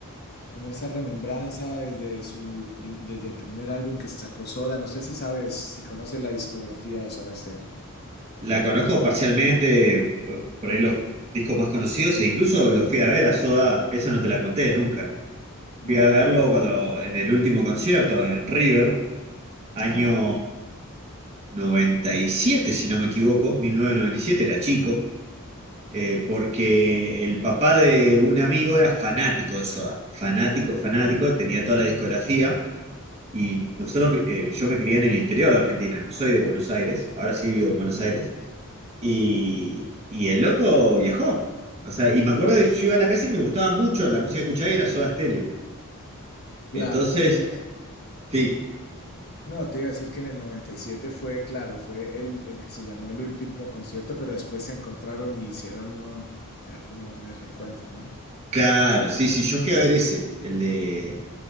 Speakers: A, on the left (about 45°); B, on the right (about 30°).
A: como esa remembranza desde su prim- desde el primer álbum que sacó Soda. No sé si sabes, si conoces la discografía de Soda Stereo.
B: La conozco parcialmente, por por ahí los discos más conocidos, e incluso los fui a ver a Soda, esa no te la conté nunca.
A: No.
B: Fui a verlo cuando, en el último concierto en River, año
A: Ah,
B: 97, si no me equivoco, 1997 era chico, eh, porque el papá de un amigo era fanático de Soda, fanático, fanático, tenía toda la discografía. Y nosotros, eh, yo me crié en el interior de Argentina, no soy de Buenos Aires, ahora sí vivo en Buenos Aires. Y, y el loco viajó. O sea, y me acuerdo que yo iba a la casa y me gustaba mucho, la música que escuchaba era Soda Stereo.
A: claro.
B: Entonces,
A: Eh, No, eh,
B: sí,
A: no, te iba a decir que en el 97 fue, claro, fue el, el que se llamó el último concierto, pero después se encontraron y hicieron uno ya como de reencuentro, ¿no?
B: claro, sí, sí, yo fui a ver ese, el de